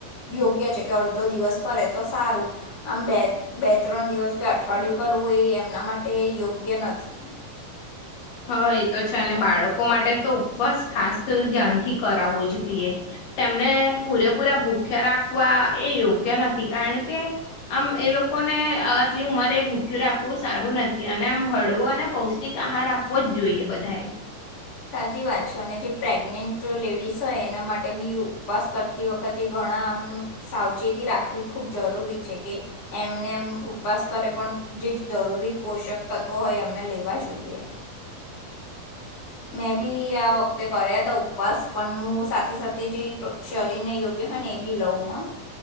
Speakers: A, on the left (about 50°); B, on the left (about 75°).
A: યોગ્ય છે કે અડધો દિવસ કરે તો સારું આમ બે બે ત્રણ દિવસ કે અઠવાડિયું કરવું એ એમના માટે યોગ્ય નથી <inaudible>
B: હા એ તો છે અને બાળકો માટે તો ઉપવાસ ખાસ ધ્યાનથી કરાવવો જોઈએ તેમને પૂરેપૂરા ભૂખ્યા રાખવા એ યોગ્ય નથી કારણ કે આમ એ લોકોને આટલી ઉંમરે એ ભૂક્યું રાખવું સારું સારું નથી અને આમ હળવો અને પૌષ્ટિક આહાર આપવો જ જોઈએ બધાએ
A: સાચી વાત છે અને જે પ્રેગ્નેન્ટ લેડીસ હોય એના માટે બી ઉપવાસ કરતી વખતે ઘણ ઘણા આમ સાવચેતી રાખવી ખૂબ જરૂરી છે કે એમને એમ ઉપવાસ કરે પણ જે જરૂરી પોષક તત્વો હોય અમને લેવા જોઈએ મેં બી આ વખતે કર્યા હતા ઉપવાસ પણ હું સાથે સાથે જે શરીરને યોગ્ય હને એ બી લવ હા